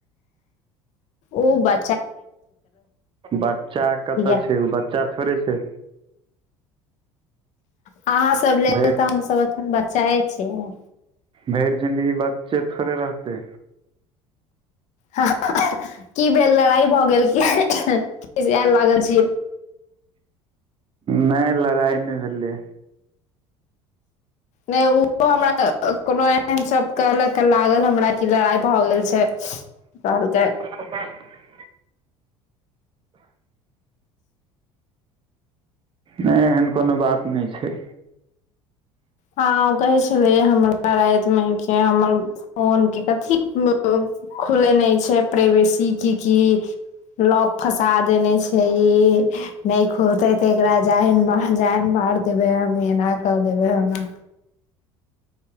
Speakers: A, on the left; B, on the right.
A: उ बा
B: बच्चा
A: धिया
B: कतऽ छै ओ बच्चा? थोरे छै
A: अहाँ सब लेल
B: भरि
A: तऽ हमसभ अखन बच्चाए छियै।
B: भैर जिंन्दगी बच्चे थोड़े रहते
A: ह की भेल लड़ाई भऽ गेल की आयल लागल छी
B: नै लड़ाई नै भेलै
A: नै ओहो हमरा कोनो, एन सब कहलक, लागल हमरा कि लड़ाइ भए गेल छै, कहलकै।
B: <inaudible> नै एहन कोनो बात नै छै।
A: हँ, ओ कहे छलिये हमरा राईत मे के हमर फोन के कथी। खुले नै छै, प्रवेसी की कि लॉक फसा देने छै ई, नहि खुलतै। त एकरा जाइन उ जाध माइर देबे, हम एना क देबे ओना?